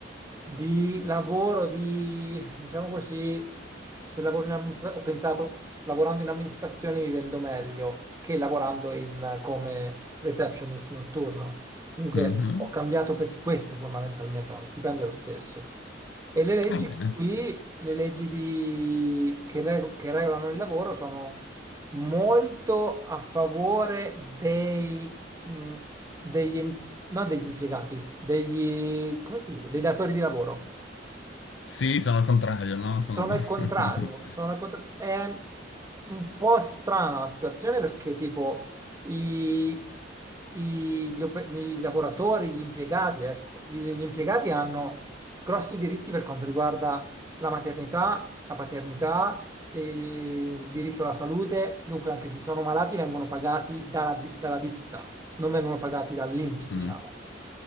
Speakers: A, on the right; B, on the left.
A: di lavoro, di diciamo così, se lavoro in amministrazione, ho pensato, lavorando in amministrazione mi vendo meglio che lavorando in- come receptionist notturno. Dunque
B: Mhm.
A: ho cambiato per questo fondamentalmente, ma lo stipendio è lo stesso. E le leggi
B: Va bene.
A: qui, le leggi di- che, reg- che regolano il lavoro sono molto a favore dei, mh, degli, im- no, degli impiegati, degli, come si dice, dei datori di lavoro.
B: Sì, sono al contrario, no? Sono...
A: Sono al contrario,
B: <laughs>
A: sono al contra- È un po' strana la situazione perché tipo i, i- gli, ope- i lavoratori, gli impiegati, ecco, gli, gli impiegati hanno grossi diritti per quanto riguarda la maternità, la paternità, e il diritto alla salute, dunque anche se sono malati vengono pagati dalla, di- dalla ditta, non vengono pagati dall'INPS,
B: Mm.
A: diciamo.